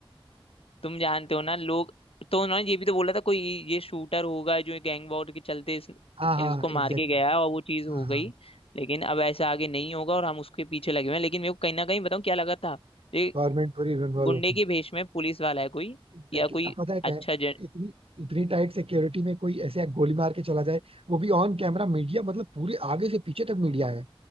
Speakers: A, on the left; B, on the right.
A: तुम जानते हो ना लोग तो उन्होंने ये भी तो बोला था कोई ये शूटर होगा जो गैंग वॉर के चलते इस,
B: हाँ हाँ
A: इसको
B: एग्जैक्टली
A: मार के गया और वो चीज हो
B: हाँ हाँ
A: गई लेकिन अब ऐसा आगे नहीं होगा और हम उसके पीछे लगे हुए हैं लेकिन मेरे को कहीं ना कहीं बताऊं क्या लगा था ये
B: गवर्नमेंट पूरी इन्वॉल्व
A: गुंडे
B: होती
A: के भेष में पुलिस वाला है कोई
B: एग्जैक्टली
A: या कोई
B: अब पता है क्या
A: अच्छा
B: है
A: जन
B: इतनी इतनी टाइट सिक्योरिटी में कोई ऐसे गोली मार के चला जाए वो भी ऑन कैमरा मीडिया मतलब पूरे आगे से पीछे तक मीडिया है